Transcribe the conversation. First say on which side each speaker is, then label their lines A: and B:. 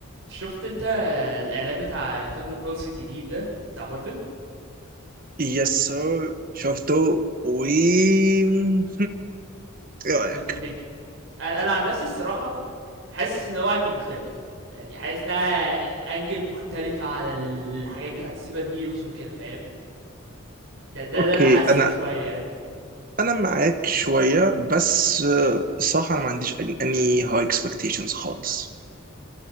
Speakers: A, on the right (about 60°); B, on the right (about 40°).
A: شفت انت الاعلان بتاع ثاندر بولس الجديد ده بتاع مارفل
B: يس سر شفته و هم، ايه رايك
A: وات دو يو ثينك انا انا عن نفسي الصراحه حاسس ان هو هيكون مختلف يعني حاسس انها انجل مختلفه على الحاجات بتاعت السوبر هيروز وكده فاهم ده ده
B: اوكي
A: اللي انا حاسه
B: انا
A: شويه يعني
B: انا معاك شويه بس آه، الصراحه انا ما عنديش اني هاي اكسبكتيشنز خالص